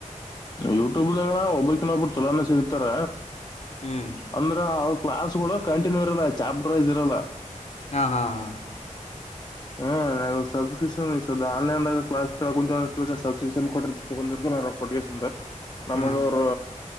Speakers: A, on the left; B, on the left.
A: ಯೂಟ್ಯೂಬ್ಗಣ ಒಬ್ಬ್ರಕಿನ್ನೊಬ್ಬರು ಚುಲೋನ ಸಿಗ್ತಾರ.
B: ಹ್ಮ್
A: ಅಂದ್ರೆ ಅವ. ಕ್ಲಾಸ್ಗಳು ಕಂಟಿನ್ಯೂ ಇರಲ್ಲ ಚಾಪ್ಟರ್ ವೈಸ್ ಇರಲ್ಲ.
B: ಹಾ ಹಾ ಹಾ
A: ಹು ನಾನ ಸಬ್ಸ್ಕ್ರಿಪ್ಷನ್ ಆನ್ಲೈನ್ದಾಗ ಕ್ಲಾಸ್ ಕೆಳಕಂತ್ರ ಸಾಬ್ಸ್ಕ್ರೈಸ್ಪೆನ್ ಕೊಟ್ಟ ತಗೊಂಡಿರ್ ಮುಂದ ನಮಗ
B: ಹಾ
A: ಅವರು